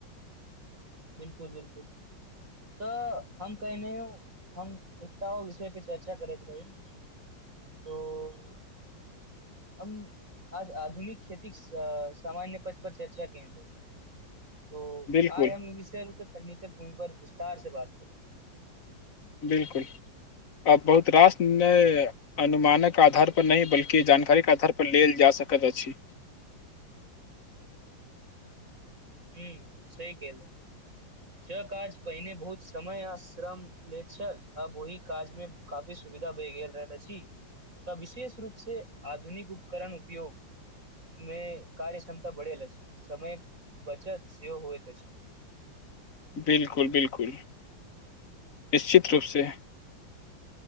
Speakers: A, on the right (about 40°); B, on the left (about 45°).
A: बिल्कुल बिल्कुल तऽ हम कहियो हम एकटाओ विषय पे चर्चा करैत रहहि। तऽ हम आज आधुनिक खेती सामान्य पद पर चर्चा केने रऽ त
B: बिलकुल
A: आइ हम ई विषयप तकनीकक भूमि पर विस्तार से बात करू।
B: बिल्कुल आ बहुत रासणय अनुमानक आधारपर नहि बल्कि जानकारीके आधारपर लेल जा सकैत अछि।
A: ह सही कलहु ज काज पहिने बहुत समय आ श्रम ले छल अब ओहि काज मे काफी सुविधा भए गेल रहै नेची तऽ विशेष रूप से आधुनिक उपकरण उपयोग मे कार्य क्षमता बढ़ेल छी समय बचत सेव होइ त छै।
B: बिल्कुल बिल्कुल निश्चित रूपसँ